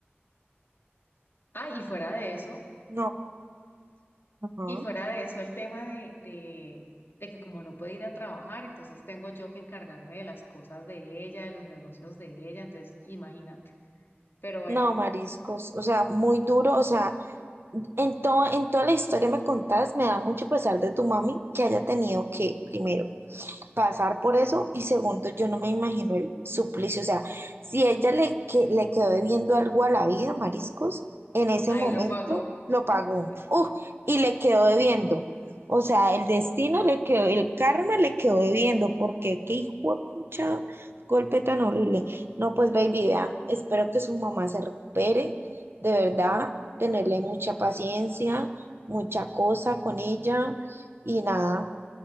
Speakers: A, on the left; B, on the right.
A: Ah, y fuera de eso,
B: No, Ajá.
A: y fuera de eso el tema de, de, de que como no puede ir a trabajar, entonces tengo yo que encargarme de las cosas de ella, de los negocios de ella, entonces imagínate. Pero bueno,
B: no, mariscos. O sea, muy duro. O sea, en todo, en toda la historia me contás, me da mucho pesar de tu mami que haya tenido que, primero. pasar por eso y segundo, yo no me imagino el suplicio, o sea, si ella le, que, le quedó debiendo algo a la vida, Mariscos, en ese
A: ahí
B: momento
A: lo pagó.
B: lo pagó
A: <laughs> Sí.
B: ¡Uf! y le quedó debiendo. O sea, el destino le quedó, el karma le quedó debiendo, porque qué hijo de pucha golpe tan horrible. No, pues baby, vea, espero que su mamá se recupere, de verdad, tenerle mucha paciencia, mucha cosa con ella y nada.